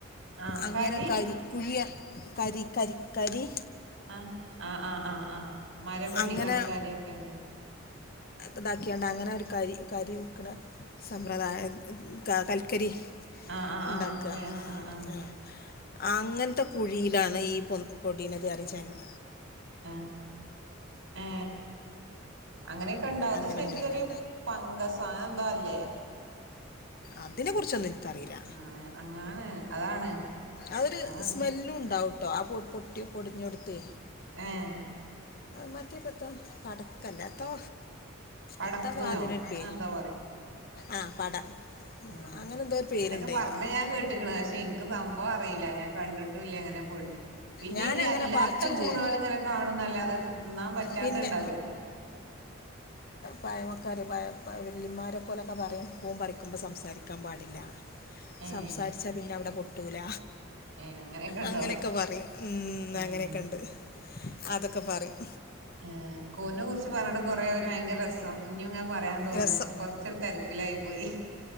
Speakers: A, on the right; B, on the left.
A: ആഹ്
B: അങ്ങനെ
A: കരി
B: കരിക്കുഴിയ കരി കരി കരി
A: ആ ആ മരം വെട്ടിക്കാണ്ട്
B: അങ്ങനെ
A: കാര്യൊക്കെ ഉണ്ടോ
B: ഇതാക്കിയണ്ട് അങ്ങനെ ഒരു കരി കരി വൽക്കണ സമ്പ്രദായ ക കൽക്കരി
A: ആആആ
B: ഉണ്ടാക്കുക
A: മനസ്സിലായി ആ
B: ആഹ് അങ്ങനത്തെ കുഴിയിലാണ് ഈ പൊ പൊടീനത് അരി ചേങ്ങ
A: ആ ആ അങ്ങനെയൊക്കെണ്ട്
B: അങ്ങനെ
A: ത് ശെരിക്കൊരു
B: ഉണ്ടായിന്
A: പങ്കസം അങ്ങനെ എന്തോ അല്ലേ
B: അതിനെ കുറിച്ചൊന്നും എനിക്കറിയില്ല
A: ആണ് അങ്ങാണ് അതാണ്
B: അതൊരു
A: അങ്ങനെന്തോ
B: സ്മെല്ലുംണ്ടാവട്ടോ ആ പൊ പൊട്ടി പൊടിഞ്ഞൊടുത്ത്
A: ഏഹ്
B: മറ്റേപ്പത്ത പടക്കല്ലേത്തോ
A: പടക്കൂനോ
B: എത്താ പോ അതിനെട്ടേ
A: അങ്ങനെന്തോ
B: ആ പട
A: മ്
B: അങ്ങനെ എന്തോ ഒരു പേരുണ്ടതിന്
A: അങ്ങനൊക്കെ പറഞ്ഞു ഞാൻ കേട്ടിക്കണ് പക്ഷെ എനിക്ക് സംഭവം അറിയില്ല ഞാൻ കണ്ടിട്ടുല്ല അങ്ങനെ പൊഴിഞ്ഞ് പിന്നെ
B: ഞാൻ
A: ഈ
B: അങ്ങനെ
A: അല്ലാത്ത
B: പറിച്ചും
A: കൂണുകൾ
B: ചെയ്യും
A: ഇങ്ങനെ കാണുന്നല്ലാതെ തി തിന്നാൻ പറ്റാത്ത
B: പിന്നെ
A: ഇണ്ടാവുല്ലോ
B: പയമക്കാര് പയ പ വല്യമാരെക്കൊലക്കെ പറയും കൂൺ പറിക്കുമ്പോൾ സംസാരിക്കാൻ പാടില്ല
A: ഏഹ്
B: സംസാരിച്ചാ പിന്നവിട പൊ കിട്ടൂല
A: ഏഹ് ഇണ്ടോ
B: അങ്ങനെയൊക്കെ പറയും മ്
A: ആഹ്
B: അങ്ങനെയൊക്കെ ഉണ്ട് അതൊക്കെ പറയും
A: ഏഹ് കൂണിനെ കുറിച്ച് പറഞ്ഞിട്ട് കൊറേ ഭയങ്കര രസം ഇനി ഇങ്ങന പറയാൻ തോന്നുന്നേ
B: രസം
A: ഇപ്പൊ കൊറച്ചൊരു തിരക്കിലായി പോയി